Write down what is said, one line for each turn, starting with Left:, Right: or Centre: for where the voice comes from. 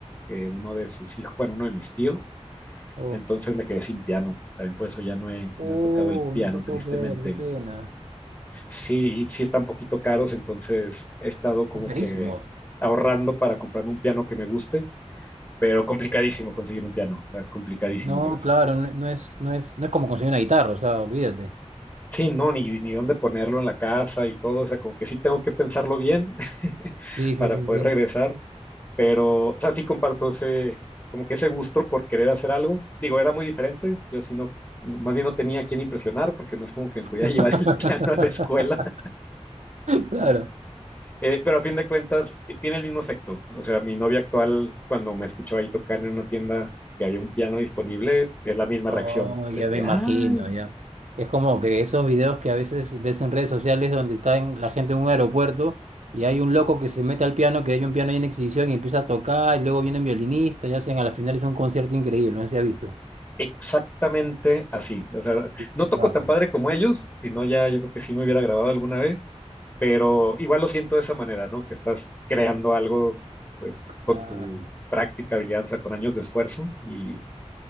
Left: eh, uno de sus hijos, bueno, uno de mis tíos
Right: Oh,
Left: entonces me quedé sin piano. También por eso ya no he,
Right: oh,
Left: no he tocado el piano,
Right: no te puedo
Left: tristemente.
Right: creer, qué pena.
Left: Sí, y sí están poquito caros, entonces he estado como
Right: Carísimos.
Left: que ahorrando para comprarme un piano que me guste, pero complicadísimo conseguir un piano, o sea, complicadísimo,
Right: No,
Left: Oliver.
Right: claro, no, no es, no es, no es como conseguir una guitarra, o sea, olvídate.
Left: Sí, no, ni, ni dónde ponerlo en la casa y todo, o sea, como que sí tengo que pensarlo bien <laughs>
Right: Sí,
Left: para
Right: sí, sí,
Left: poder
Right: sí.
Left: regresar, Pero, o sea, sí comparto ese, como que ese gusto por querer hacer algo. Digo, era muy diferente. Yo sí no, no- más bien no tenía a quién impresionar porque no es como que me podía
Right: <laughs>
Left: llevar el <laughs> piano a la escuela. <laughs>
Right: Claro.
Left: Eh, pero a fin de cuentas, t- tiene el mismo efecto. O sea, mi novia actual, cuando me escuchó ahí tocar en una tienda que había un piano disponible, es la misma
Right: Oh,
Left: reacción
Right: ya
Left: de que,
Right: me imagino,
Left: ay.
Right: ya. Es como que esos videos que a veces ves en redes sociales donde está en- la gente en un aeropuerto y hay un loco que se mete al piano, que hay un piano ahí en exhibición y empieza a tocar y luego vienen violinistas y hacen a la final es un concierto increíble, no sé si has visto.
Left: exactamente así.
Right: Qué,
Left: O sea,
Right: qué-
Left: no toco
Right: qué bacán.
Left: tan padre como ellos, sino ya yo creo que sí me hubiera grabado alguna vez, pero igual lo siento de esa manera, ¿no? Que estás creando algo, pues,
Right: <laughs>
Left: con
Right: claro.
Left: tu práctica, habilidad, o sea, con años de esfuerzo y